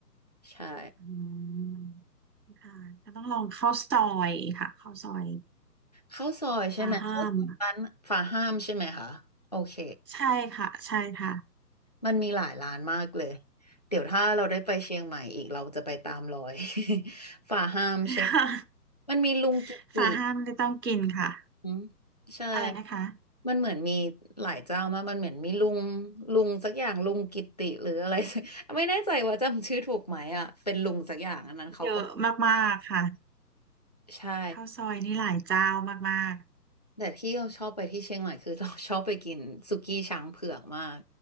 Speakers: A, on the left; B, on the right.
A: ใช่
B: อืมค่ะก็ต้องลองข้าวซอยค่ะข้าวซอย
A: ข้าวซอยใช่ไหมข้าวซอยร้านฝาห้ามใช่ไหมคะโอเค
B: ฟ้าห้ามใช่ค่ะใช่ค่ะ
A: มันมีหลายร้านมากเลย เดี๋ยวถ้าเราได้ไปเชียงใหม่อีกเราจะไปตามรอย <laughs> ฝ่าห้ามเชียง
B: <laughs>
A: มันมีลุงกิติ
B: ฟ้าห้ามไม่ต้องกินค่ะ
A: อืมใช่
B: อะไรนะคะ
A: มันเหมือนมีหลายเจ้ามากมันเหมือนมีลุงลุงสักอย่างลุงกิติหรืออะไร <laughs> สักไม่แน่ใจว่าจำชื่อถูกไหมอ่ะเป็นลุงสักอย่างอันนั้นเขาก็
B: เยอะมากๆค่ะ
A: ใช่
B: ข้าวซอยนี่หลายเจ้ามาก
A: แต่ที่เราชอบไปที่เชียงใหม่คือเราชอบไปกินสุกี้ช้างเผือกมาก